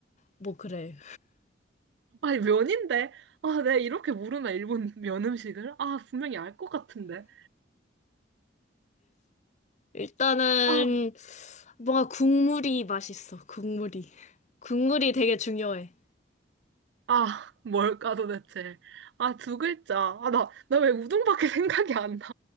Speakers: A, on the left (about 40°); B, on the right (about 65°).
A: 뭐 그래.
B: 아니, 면인데? 아, 내가 이렇게 물으면 일본 <laughs> 면 음식을? 아, 분명히 알 것 같은데.
A: 일단은,
B: 아,
A: 뭔가 국물이 맛있어, 국물이. 국물이 되게 중요해.
B: 아, 뭘까 도대체. 아, 두 글자. 아, 나, 나 왜 우동밖에 <laughs> 생각이 안 나.